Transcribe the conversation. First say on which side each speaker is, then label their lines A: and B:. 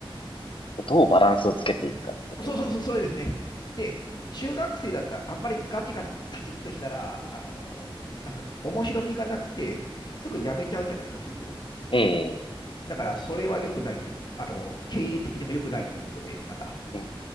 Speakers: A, on the left (about 65°); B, on the left (about 50°).
A: こうどうバランスをつけていくかってところです。
B: <laughs> そうそうそう、それですね。で、中学生だったら、あんまりガチガチ、カチッとしたら、あの、なんすかね、面白みがなくて、すぐ辞めちゃうじゃないですか、塾を。
A: ええ、
B: だから、それは良くないということ、あの、経営的にも良くないということで、なんか、
A: ええ